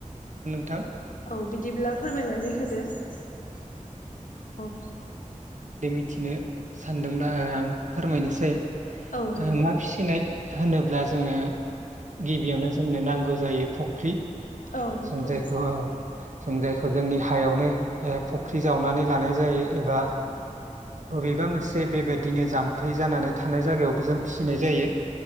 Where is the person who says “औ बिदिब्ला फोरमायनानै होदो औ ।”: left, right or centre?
Left